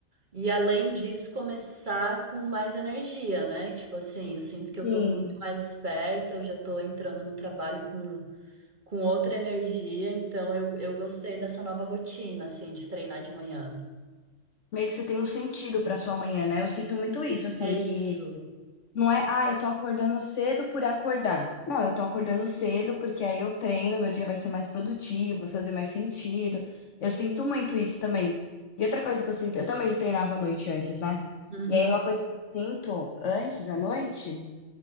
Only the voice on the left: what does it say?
Sim.
Meio que você tem um sentido pra sua manhã, né? Eu sinto muito isso, assim,
que Não é, ah, eu tô acordando cedo por acordar. Não, eu tô acordando cedo porque aí eu treino, meu dia vai ser mais produtivo, vai fazer mais sentido. Eu sinto muito isso também. E outra coisa que eu sinto, eu também treinava à noite antes, né?
E aí uma coisa que eu sinto antes à noite